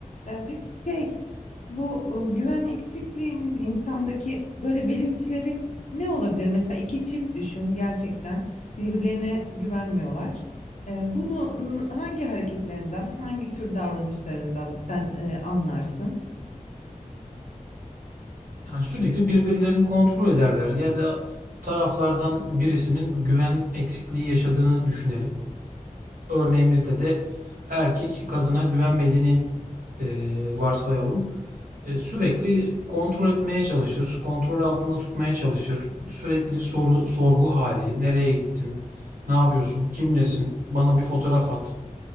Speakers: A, on the left; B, on the right.
A: Ee, peki şey bu e, güven eksikliğinin insandaki böyle belirtileri ne olabilir? Mesela iki çift düşün gerçekten birbirlerine güvenmiyorlar. Ee, bunu n- hangi hareketlerinden, hangi tür davranışlarından sen e, anlarsın?
B: Yani sürekli birbirlerini kontrol ederler ya da taraflardan birisinin güven eksikliği yaşadığını düşünelim. Örneğimizde de erkek kadına güvenmediğini e, varsayalım. E, Sürekli kontrol etmeye çalışır, kontrol altında tutmaya çalışır. Sürekli soru, sorgu hali, nereye gittin, ne yapıyorsun, kimlesin, bana bir fotoğraf at.